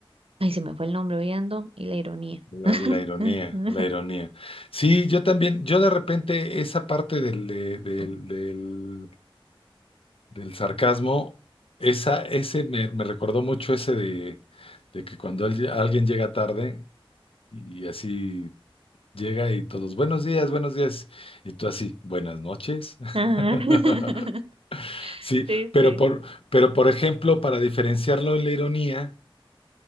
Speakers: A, on the right; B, on the left.
A: ay, se me fue el nombre, hoy ando, y la ironía.
B: La, la ironía,
A: <laughs>
B: la ironía. Sí, yo también, yo de repente esa parte del, de- del, del, del sarcasmo, esa, ese me, me recordó mucho ese de, de que cuando al- alguien llega tarde y así llega y todos, buenos días, buenos días, y tú así, buenas noches. <laughs>
A: Ajá. <laughs>
B: Sí,
A: Sí,
B: pero
A: sí.
B: por, pero por ejemplo, para diferenciarlo en la ironía,